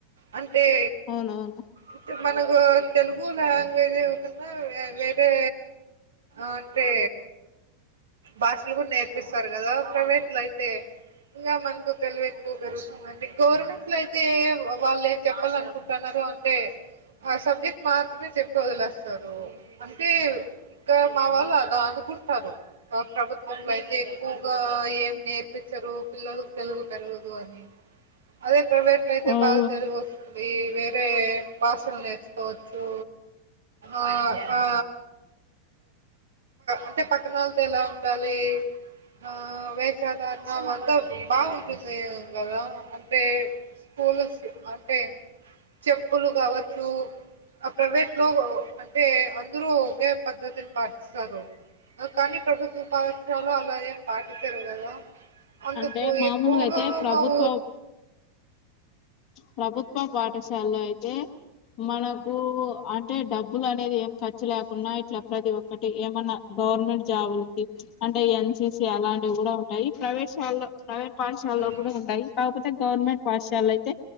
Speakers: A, on the right; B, on the left.
A: అ ఏ
B: అవునవును
A: ఇప్పుడు మనకు తెలుగు లాంగ్వేజి ఉంటుందా వేరే అంటే భాషలు గుడ నేర్పిస్తరు గదా ప్రైవేట్ల అయితే, ఇంగా మనకు తెలివి ఎక్కువ పెరుగుతుందండి. గౌర్మెంట్ల ఐతే వాళ్ళు ఏం చెప్పాలనుకుంటున్నారో అంతే, ఆ సబ్జెక్ మాత్రమే చెప్పి ఒదిలేస్తరు, అంటే ఇంక మా వాళ్ళ దాకకుం ప్రభుత్వంలో అయితే ఎక్కువగా ఏం నేర్పించరు పిల్లలలకు తెలుగు పెరగదు అని అదే ప్రైవేట్ లో అయితే
B: అవు
A: బాగా తెలుగొస్తుంది ఈ వేరే భాషలు నేర్పి ఒచ్చు ఆ ఆ అంటే పక్కనోలు ఎలా ఉండాలి ఆ వేషాధారణ అంతా బాగుంటుంది కల అంటే స్కూల్ అంటే చెప్పులు కావచ్చు ఆ ప్రైవేట్ లో అంటే అందరూ ఒకే పద్ధతిని పాటిస్తారు కానీ ప్రభుత్వ ఉపాదక్షలు అలాయ పాటి తర్గాదా అంతపు
B: అంటే మామూలుగా
A: పూగామవ
B: అయితే ప్రభుత్వ ప్రభుత్వ పాఠశాలై అంటే మనకు అంటే డబ్బు బబ్లు అనేది ఏం ఖర్చు లేకున్నా ఇట్లా ప్రతి ఒక్కటి ఏమన్నా గవర్నమెంట్ జాబులకి అంటే ఎన్సిసి అలాంటివి కూడా ఉంటాయి ప్రవేశాల్లో ప్రైవేట్ పాఠశాలలో
A: ఉమ్
B: కూడా ఉంటాయి కాక పో అంటే గవర్నమెంట్ పాఠశాలయి అయితే